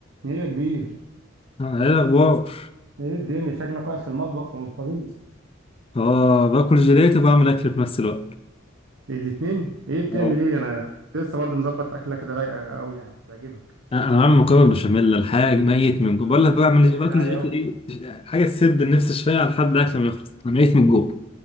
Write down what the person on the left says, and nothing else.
آه، ايه الاخبار
اه باكل جيلاتي وبعمل اكل في نفس الوقت
اه
انا بعمل مكرونه بشاميل الحاجه ميت
من
جوع بقول لك بعمل
باكل
جيلاتي
ايه حاجه تسد النفس شويه لحد اكل ما يخلص انا ميت من جوع